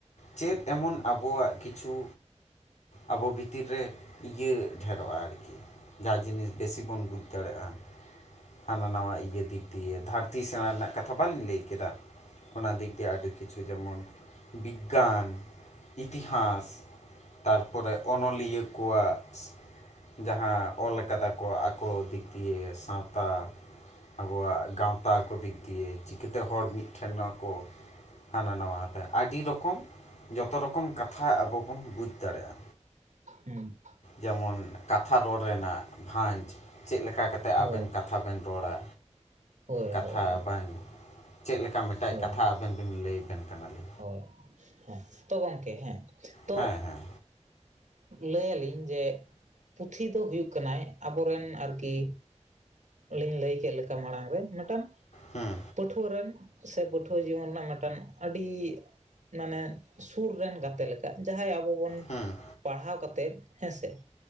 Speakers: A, on the left; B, on the right.
A: ᱪᱮᱫ ᱮᱢᱚᱱ ᱟᱵᱚᱣᱟᱜ ᱠᱤᱪᱷᱩ ᱟᱵᱚ ᱵᱷᱤᱛᱤᱨ ᱨᱮ ᱤᱭᱟᱹ ᱰᱷᱮᱨᱚᱜᱼᱟ ᱟᱨᱠᱤ ᱡᱟᱦᱟᱸ ᱡᱤᱱᱤᱥ ᱵᱮᱥᱤ ᱵᱚᱱ ᱵᱩᱡᱽ ᱫᱟᱲᱮᱭᱟᱜᱼᱟ ᱦᱟᱱᱟ ᱱᱟᱣᱟ ᱤᱭᱟᱹ ᱫᱤᱠ ᱫᱤᱭᱮ ᱫᱷᱟᱹᱨᱛᱤ ᱥᱮᱬᱟ ᱨᱮᱱᱟᱜ ᱠᱟᱛᱷᱟ ᱵᱟᱞᱤᱧ ᱞᱟᱹᱭ ᱠᱮᱫᱟ ᱚᱱᱟ ᱫᱤᱠ ᱫᱤᱭᱮ ᱟᱹᱰᱤ ᱠᱤᱪᱷᱩ ᱡᱮᱢᱚᱱ ᱵᱤᱜᱽᱜᱟᱱ ᱤᱛᱤᱦᱟᱥ ᱛᱟᱨᱯᱚᱨᱮ ᱚᱱᱚᱞᱤᱭᱟᱹ ᱟᱠᱚᱣᱟᱜ ᱡᱟᱦᱟᱸ ᱚᱞ ᱟᱠᱟᱫᱟ ᱠᱚ ᱟᱠᱚ ᱫᱤᱠ ᱫᱤᱭᱮ ᱥᱟᱶᱛᱟ ᱟᱵᱚᱣᱟᱜ ᱜᱟᱶᱛᱟ ᱠᱚ ᱫᱤᱠ ᱫᱤᱭᱮ ᱪᱤᱠᱟᱹᱛᱮ ᱦᱚᱲ ᱢᱤᱫᱴᱷᱮᱱᱚᱜ ᱟᱠᱚ ᱦᱟᱱᱟ ᱱᱟᱣᱟ ᱛᱮ ᱟᱹᱰᱤ ᱨᱚᱠᱚᱢ ᱡᱚᱛᱚ ᱨᱚᱠᱚᱢ ᱠᱟᱛᱷᱟ ᱟᱵᱚ ᱵᱚᱱ ᱵᱩᱡᱽ ᱫᱟᱲᱮᱭᱟᱜᱼᱟ
B: ᱦᱩᱸ
A: ᱡᱮᱢᱚᱱ ᱠᱟᱛᱷᱟ ᱨᱚᱲ ᱨᱮᱱᱟᱜ ᱵᱷᱟᱡᱽ ᱪᱮᱫ ᱞᱮᱠᱟ ᱠᱟᱛᱮ
B: ᱦᱳᱭ,
A: ᱟᱵᱮᱱ ᱠᱟᱛᱷᱟ ᱵᱮ ᱵᱮᱱ ᱨᱚᱲᱟ
B: ᱦᱳᱭ,
A: ᱠᱟᱛᱷᱟ
B: ᱦᱳᱭ,
A: ᱵᱟᱝ ᱪᱮᱫ ᱞᱮᱠᱟ ᱢᱤᱱ ᱢᱤᱫᱴᱮᱡ
B: ᱦᱳᱭ,
A: ᱠᱟᱛᱷᱟ ᱟᱵᱮᱱ ᱵᱮᱱ ᱞᱟᱹᱭ ᱟᱠᱟᱱ ᱠᱟᱱᱟᱞᱤᱧ
B: ᱦᱳᱭ ᱦᱮᱸ ᱛᱚ ᱜᱚᱢᱠᱮ ᱦᱮᱸ ᱛᱚ
A: ᱦᱮᱸ ᱦᱮᱸ
B: ᱞᱟᱹᱭ ᱟᱞᱤᱧ ᱡᱮ ᱯᱩᱛᱷᱤ ᱫᱚ ᱦᱩᱭᱩᱜ ᱠᱟᱱᱟᱭ ᱟᱵᱚᱨᱮᱱ ᱟᱨᱠᱤ ᱟᱞᱤᱧ ᱞᱟᱹᱭ ᱠᱮᱫ ᱞᱮᱠᱟ ᱢᱟᱲᱟᱝ ᱨᱮ ᱢᱤᱫᱴᱟᱝ
A: ᱦᱩᱸ
B: ᱯᱟᱹᱴᱷᱩᱣᱟᱹ ᱨᱮᱱ ᱥᱮ ᱯᱟᱹᱴᱷᱩᱣᱟᱹ ᱡᱤᱭᱚᱱ ᱨᱮᱱᱟᱜ ᱢᱤᱫᱴᱟᱝ ᱟᱹᱰᱤ ᱢᱟᱱᱮ ᱥᱩᱨ ᱨᱮᱱ ᱜᱟᱛᱮ ᱞᱮᱠᱟ ᱡᱟᱦᱟᱸᱭ ᱟᱵᱚ ᱵᱚᱱ
A: ᱦᱩᱸ
B: ᱯᱟᱲᱦᱟᱣ ᱠᱟᱛᱮᱫ ᱦᱮᱸᱥᱮ